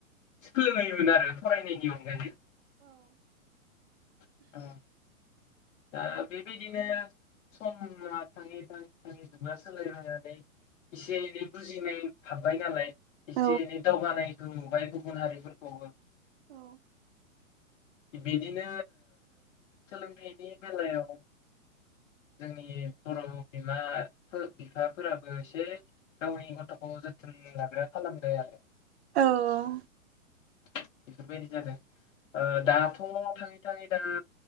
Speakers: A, on the left; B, on the right.
A: सोलोङोमोन आरो फरायनायनि अनगायै। औ। दा बेबायदिनो समा थाङै थाङै थाङै जुगा सोलायलनानै एसे एनै बुजिनाय हाब्बाय नालाय एसे
B: औ
A: एनै दावगानायखौ नुबाय गुबुन हारिफोरखौबो
B: औ।
A: बिदिनो सोलोंथाइनि बेलायाव जोंनि बर' बिमा बिफाफोराबो एसे गावनि गथखौ जोथोन लाग्रा खालामबाय आरो।
B: औ औ
A: बेफोरबायदि जादों ओ दाथ' थाङै थाङै दा